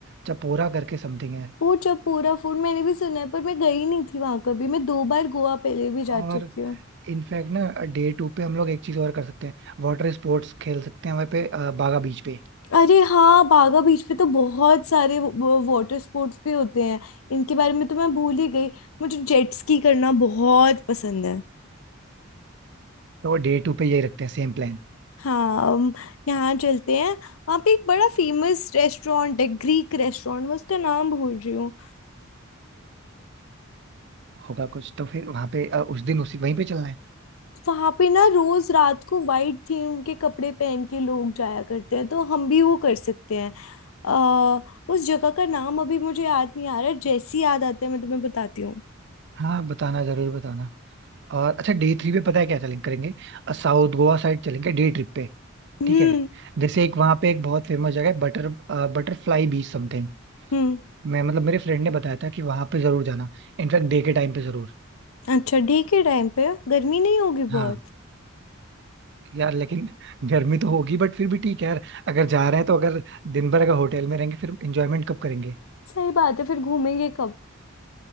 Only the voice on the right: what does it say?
चपोरा करके समथिंग है
और
इनफैक्ट ना डे टू पे हम लोग एक चीज और कर सकते हैं वाटर स्पोर्ट्स खेल सकते हैं वहाँ पे अ, बागा बीच पे
तो डे टू पे यही रखते हैं सेम प्लान
होगा कुछ तो फिर वहाँ पे अ, उस दिन उसी वहीं पे चलना है
हाँ बताना जरूर बताना और अच्छा डे थ्री पे पता है क्या चलेंगे करेंगे अ, साउथ गोवा साइड चलेंगे डे ट्रिप पे
ठीक है जैसे एक वहाँ पे एक बहुत फेमस जगह है बटर बटरफ्लाई बीच समथिंग
मैं मतलब मेरे फ्रेंड ने बताया था कि वहां पे जरूर जाना इनफैक्ट डे के टाइम पे जरूर
हाँ
यार लेकिन गर्मी तो होगी बट फिर भी ठीक है यार अगर जा रहे हैं तो अगर दिन भर अगर होटल में रहेंगे फिर एंजॉयमेंट कब करेंगे